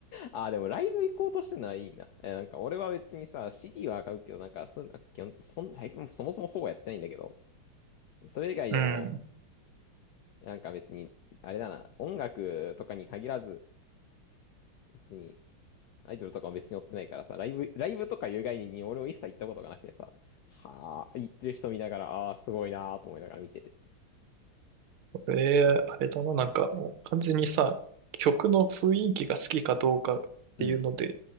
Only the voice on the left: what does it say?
ああ、でもライブ行こうとしてるのはいいな。え、なんか俺は別にさ、CD は買うけど、なんかそんな、基本、そん、ライブもそもそもほぼやってないんだけど、それ以外でも、
なんか別に、あれだな、音楽とかに限らず、別に、アイドルとかも別に追ってないからさ、ライブ、ライブとかいう概念に俺も一切行ったことがなくてさ、はあ、行ってる人見ながら、ああ、すごいなーと思いながら見てて。
うん。